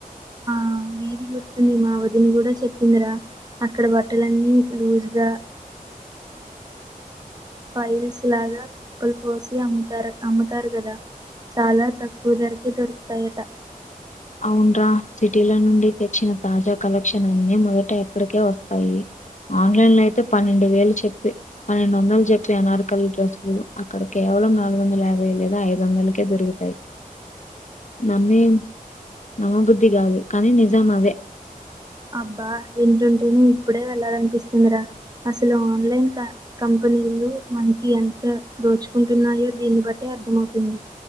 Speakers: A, on the right; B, on the left.
A: ఆ వీధీ గుర్తుంది మా వదిన కూడా చెప్పిందిరా అక్కడ బట్టలన్నీ లూజ్గా ఫైల్స్ లాగా కుప్పలు పోసి అమ్ముతారు అమ్ముతారు కదా చాలా తక్కువ ధరకే దొరుకుతాయట
B: అవున్రా సిటీల నుండి తెచ్చిన తాజా కలెక్షన్ అన్నీ మొదట ఇక్కడికే వస్తాయి ఆన్లైన్ లో అయితే పన్నెండు వేలు చెప్పి పన్నెండు వందలు చెప్పే అనార్కలీ డ్రెస్సులు అక్కడ కేవలం నాలుగు వందల యాభై లేదా ఐదు వందలకే దొరుకుతాయి నమ్మి నమ్మబుద్ధి కాదు కానీ నిజం అదే
A: అబ్బా వింటుంటేనే ఇప్పుడే వెళ్ళాలనిపిస్తుందిరా అసలు ఆన్లైన్ కా కంపెనీలు మనకి ఎంత దోచుకుంటున్నాయో దీన్ని బట్టే అర్థమవుతుంది